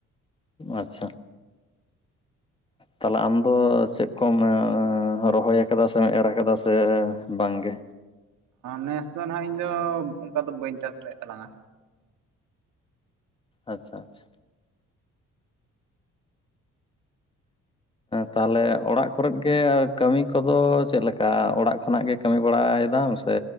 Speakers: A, on the left (about 15°); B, on the right (about 80°).
A: ᱟᱪᱪᱷᱟ᱾ ᱛᱟᱞᱦᱮ ᱟᱢ ᱫᱚ ᱪᱮᱫ ᱠᱚᱢ ᱮᱻ ᱮᱻ ᱨᱚᱦᱚᱭ ᱠᱟᱫᱟ ᱥᱮᱢ ᱮᱨ ᱠᱟᱫᱟ ᱥᱮ ᱵᱟᱝ ᱜᱮ᱾
B: ᱱᱮᱥ ᱫᱚ ᱱᱟᱦᱟᱜ ᱤᱧ ᱫᱚ ᱚᱝᱠᱟ ᱫᱚ ᱵᱟᱹᱧ ᱪᱟᱥ ᱞᱮᱜ ᱛᱟᱞᱟᱝᱟ᱾
A: ᱟᱪᱪᱷᱟ ᱟᱪᱪᱷᱟ᱾ ᱛᱟᱦᱞᱮ ᱚᱲᱟᱜ ᱠᱚᱨᱮᱜ ᱜᱮ ᱠᱟᱹᱢᱤ ᱠᱚ ᱫᱚ ᱪᱮᱜ ᱞᱮᱠᱟ ᱚᱲᱟᱜ ᱠᱷᱚᱱᱟᱜ ᱜᱮ ᱠᱟᱹᱢᱤ ᱵᱟᱲᱟᱭ ᱫᱟᱢ ᱥᱮ